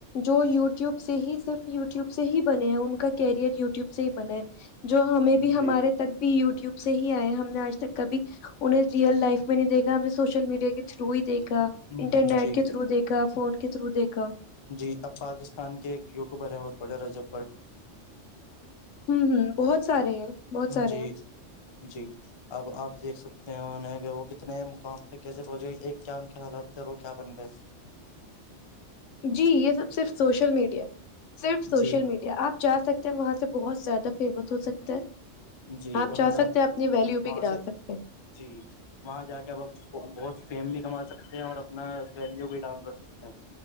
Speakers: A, on the left (about 80°); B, on the left (about 40°).
A: جو یوٹیوب سے ہی صرف یوٹیوب سے ہی بنے ہیں ان کا کیریئر یوٹیوب سے ہی بنے ہے جو ہمیں بھی ہمارے
B: جی
A: تک بھی یوٹیوب سے ہی آئے ہم نے آج تک کبھی انہیں ریئل لائف میں نہیں دیکھا ہم نے سوشل میڈیا کے تھرو ہی دیکھا
B: جی
A: انٹرنیٹ
B: جی
A: کے تھرو دیکھا فون کے تھرو دیکھا
B: جی اب پاکستان کے ایک یوٹیوبر ہیں بہت بڑے رجب بھٹ
A: ہمم ہمم بہت سارے ہیں بہت سارے
B: جی جی اب آپ دیکھ سکتے وہ کتنے مقام پہ کیسے پہنچ گے کیا ان کے حالات تھے وہ کیا بن گئے
A: جی یہ سب صرف سوشل میڈیا صرف سوشل
B: جی
A: میڈیا آپ جا سکتے وہاں سے بہت زیادہ فیمس ہو سکتے ہے
B: جی
A: آپ
B: انہوں
A: چاہ
B: نےاب
A: سکتے ہیں اپنی ویلیو بھی
B: وہاں
A: گرا
B: سے
A: سکتے ہیں
B: جی وہاں جا کے اب اب بہت فیملی کماتے سکتے ہیں اور اپنا ویلیو بھی ڈاؤن کر سکتے ہیں